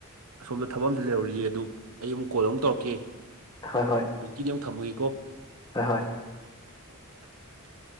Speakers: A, on the right; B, on the left.
A: ꯑꯁꯣꯝꯗ ꯊꯕꯛ ꯑꯃꯁꯨ ꯂꯩꯍꯧꯔꯤꯌꯦ ꯑꯗꯨ ꯑꯩ ꯑꯃꯨꯛ ꯀꯣꯜ ꯑꯃꯨꯛ ꯇꯧꯔꯛꯀꯦ
B: ꯍꯣꯏ ꯍꯣꯏ
A: ꯍꯧꯖꯤꯛꯀꯤꯗꯤ ꯑꯃꯨꯛ ꯊꯝꯃꯒꯦꯀꯣ
B: ꯍꯣꯏ ꯍꯣꯏ
A: <unintelligible>